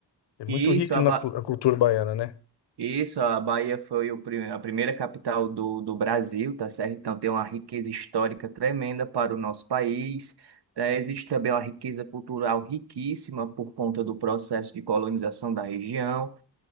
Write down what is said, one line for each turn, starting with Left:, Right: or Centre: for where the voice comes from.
Left: É muito
Right: E
Left: rico
Right: Isso, a
Left: na
Right: Ba-
Left: cu- a cultura baiana, né?
Right: Isso, a Bahia foi o prime- a primeira capital do, do Brasil, tá certo? Então tem uma riqueza histórica tremenda para o nosso país. Tá? Existe também uma riqueza cultural riquíssima por conta do processo de colonização da região.